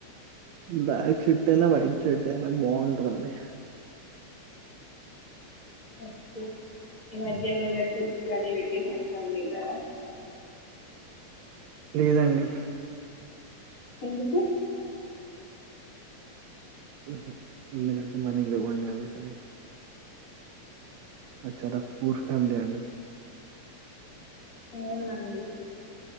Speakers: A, on the right; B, on the left.
A: బ్లాక్ షర్ట్ అయినా వైట్ షర్ట్ అయినా బాగుంటదండి
B: ఓకె ఈ మధ్య ఏమన్నా ట్రిప్స్ కానీ వెకేషన్స్ కానీ వెళ్లారా
A: లేదండి
B: ఎందుకు
A: మ్హు లేదండి మనీ లేవండి అందుకని మాది చాలా పూర్ ఫ్యామిలీ అండి
B: అవునా అండి